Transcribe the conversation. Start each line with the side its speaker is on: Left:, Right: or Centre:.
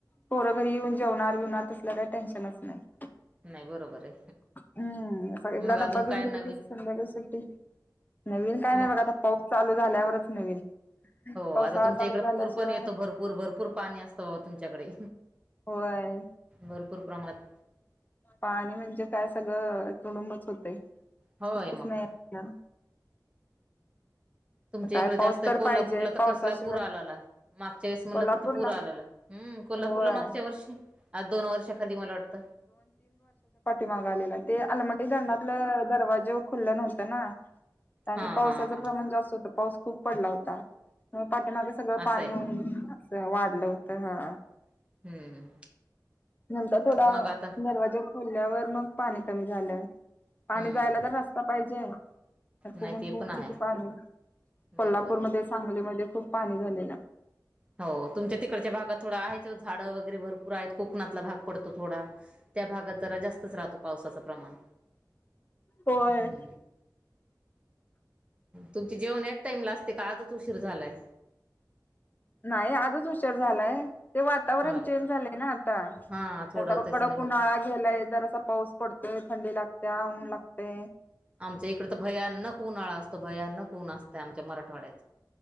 Left: पोरं घरी येऊन जेवणार बिवणार तसल्या काही टेन्शनच नाही.
Right: नाही बरोबर आहे.
Left: हम्म एकदा
Right: मग अजून
Left: डबा घेऊन
Right: काय
Left: गेले
Right: नवीन
Left: की संध्याकाळी सुट्टी नवीन काय नाही
Right: मग
Left: बघा आता पा चालू झाल्यावरच नवीन.
Right: हो
Left: पावसाळा
Right: आता तुमच्या
Left: चालू
Right: इकडे
Left: झाल्याशिवाय
Right: पूर पण येतो भरपूर, भरपूर पाणी असतं बाबा तुमच्याकडे.
Left: होय.
Right: भरपूर प्रमाणात
Left: पाणी म्हणजे काय सगळं तुडुंबच होतय.
Right: होय
Left: सुट्टीच
Right: मग
Left: नाही
Right: काय.
Left: येणार
Right: तुमच्या
Left: काय
Right: इकडे जास्त
Left: पाऊस
Right: आहे
Left: तर
Right: कोल्हापूरला
Left: पाहिजे
Right: तर
Left: पावसाशिवाय
Right: कसला पुरा आलाला मागच्या वेळेस म्हणल
Left: कोल्हापूरला
Right: किती पुर आलेला. हम्म कोल्हापूरला
Left: होय
Right: मागच्या वर्षी आज दोन वर्षाखाली मला वाटत.
Left: माग आलेला ते आलमटी धरणातलं दरवाजे खुलं नव्हतं ना आणि
Right: हां
Left: पावसाचं
Right: हां हां
Left: प्रमाण जास्त पाऊस खूप पडला होता पाठीमाग सगळं
Right: असं
Left: पाणी
Right: आहे का
Left: वाढलं होत. तर हा
Right: हम्म
Left: नंतर थोडा
Right: मग आता
Left: दरवाजा खोल्यावर मग पाणी कमी झालं.
Right: हम्म
Left: पाणी जायला तर रस्ता पाहिजे फुगून,
Right: नाही
Left: फुगून
Right: पण आहे
Left: ते पाणी
Right: बरोबर
Left: कोल्हापूरमध्ये
Right: आहे
Left: सांगलीमध्ये खूप पाणी झालेलं.
Right: हो तुमच्या तिकडच्या भागात थोडा आहेच झाडं वगैरे भरपूर आहेत कोकणातला भाग पडतो थोडा त्या भागात जरा जास्तच राहतो पावसाचं प्रमाण
Left: होय.
Right: हम्म तुमचे जेवण ह्याच टाईम ला असते का आजच उशीर झालाय?
Left: नाही आजच उशेर झालाय ते वातावरण
Right: होय
Left: चेंज झाले. आता त्यात
Right: हा थोडं
Left: आहो
Right: त्याच्याने
Left: कडक
Right: होतं
Left: उन्हाळा ह्याला जर असा पाऊस पडतोय थंडी लागते ऊन लागते.
Right: आमच्या इकड तर भयानक उन्हाळा असतो भयानक ऊन असतं. आमच्या मराठवाड्यात